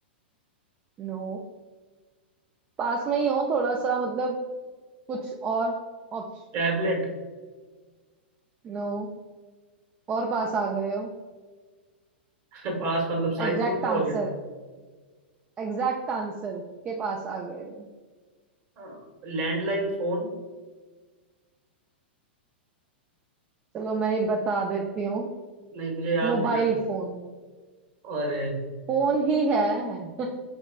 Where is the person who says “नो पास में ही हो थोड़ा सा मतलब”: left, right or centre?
Right